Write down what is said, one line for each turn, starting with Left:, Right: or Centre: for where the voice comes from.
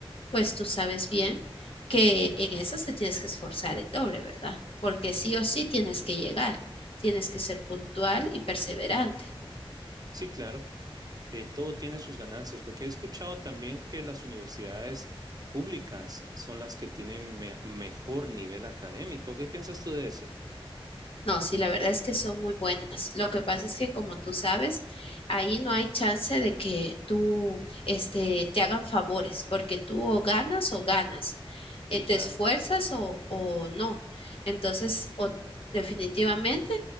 Left: pues tú sabes bien que en esas te tienes que esforzar el doble, ¿verdad? Porque sí o sí tienes que llegar, tienes que ser puntual y perseverante.
Right: Sí, claro. eh, todo tiene sus ganancias, porque he escuchado también que las universidades públicas son las que tienen me- mejor nivel académico. ¿Qué piensas tú de eso?
Left: No, sí, la verdad es que son muy buenas. Lo que pasa es que, como tú sabes, ahí no hay chance de que tú, este, te hagan favores, porque tú o ganas o ganas,
Right: Sí,
Left: eh, te
Right: claro.
Left: esfuerzas o, o no. Entonces, o definitivamente